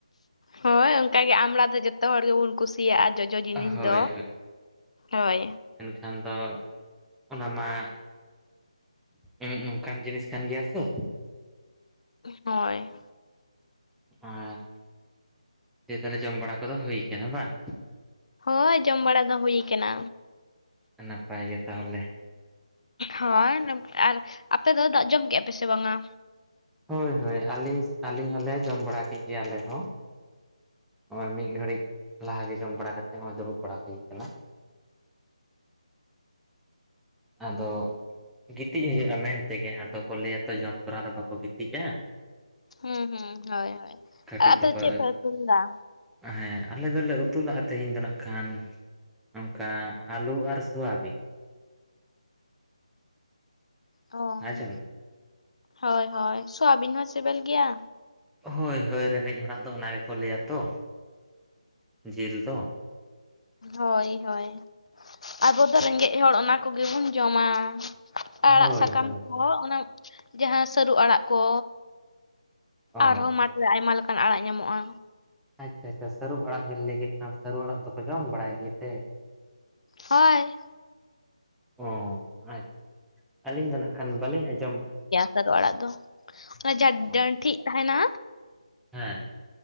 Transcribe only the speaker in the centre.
ᱦᱳᱭ
ᱠᱷᱟᱱ ᱫᱚ ᱚᱱᱟ ᱢᱟ ᱩᱸ ᱚᱱᱠᱟᱱ ᱡᱤᱱᱤᱥ ᱠᱟᱱ ᱜᱮᱭᱟ ᱛᱚ
ᱟᱨ ᱫᱤᱭᱮ ᱛᱟᱦᱚᱞᱮ ᱡᱚᱢ ᱵᱟᱲᱟ ᱠᱚᱫᱚ ᱦᱩᱭᱩ ᱠᱟᱱᱟ ᱵᱟᱝ
ᱱᱟᱯᱟᱭ ᱜᱮ ᱛᱟᱦᱚᱞᱮ
ᱦᱳᱭ ᱦᱳᱭ ᱟᱹᱞᱤᱧ ᱟᱹᱞᱤᱧ ᱦᱚᱞᱮ ᱡᱚᱢ ᱵᱟᱲᱟ ᱠᱮᱫ ᱜᱮᱭᱟ ᱟᱞᱮ ᱦᱚᱸ ᱱᱚᱜ ᱚᱭ ᱢᱤᱫ ᱜᱷᱟᱹᱲᱤᱡ ᱞᱟᱦᱟᱜᱮ ᱡᱚᱢ ᱵᱟᱲᱟ ᱠᱟᱛᱮᱜ ᱱᱚᱜ ᱚᱭ ᱫᱩᱲᱩᱵ ᱵᱟᱲᱟ ᱦᱩᱭ ᱟᱠᱟᱱᱟ ᱟᱫᱚ ᱜᱤᱛᱤᱡ ᱦᱩᱭᱩᱜᱼᱟ ᱢᱮᱱᱛᱮ ᱛᱮᱜᱮ ᱟᱫᱚ ᱠᱚ ᱞᱟᱹᱭᱟ ᱛᱚ ᱡᱚᱢ ᱛᱚᱨᱟ ᱫᱚ ᱵᱟᱠᱚ ᱜᱤᱛᱤᱡᱼᱟ
ᱠᱟᱹᱴᱤᱡ
ᱫᱚᱠᱚ
ᱦᱮᱸ ᱟᱞᱮ ᱫᱚᱞᱮ ᱩᱛᱩ ᱞᱟᱜᱼᱟ ᱛᱮᱦᱮᱧ ᱫᱚ ᱱᱟᱜ ᱠᱷᱟᱱ ᱚᱱᱠᱟ ᱟᱞᱩ ᱟᱨ ᱥᱚᱣᱟᱵᱤᱱ
ᱟᱸᱡᱚᱢ
ᱦᱳᱭ ᱦᱳᱭ ᱨᱮᱸᱜᱮᱡ ᱦᱚᱲᱟᱜ ᱫᱚ ᱚᱱᱟ ᱜᱮᱠᱚ ᱞᱟᱹᱭᱟ ᱛᱚ ᱡᱤᱞ ᱫᱚ
ᱦᱳᱭ
ᱦᱳᱭ
ᱦᱳᱭ
ᱚ
ᱟᱪᱷᱟ ᱟᱪᱷᱟ ᱥᱟᱹᱨᱩ ᱟᱲᱟᱜ ᱵᱮᱱ ᱞᱟᱹᱭ ᱠᱮᱫ ᱠᱷᱟᱱ ᱥᱟᱹᱨᱩ ᱟᱲᱟᱜ ᱫᱚᱯᱮ ᱡᱚᱢ ᱵᱟᱲᱟᱭ ᱜᱮᱛᱮ
ᱚ <inaudible> ᱟᱹᱞᱤᱧ ᱫᱚ ᱱᱟᱜ ᱠᱷᱟᱱ ᱵᱟᱹᱞᱤᱧ ᱟᱸᱡᱚᱢ
ᱚ
ᱦᱮᱸ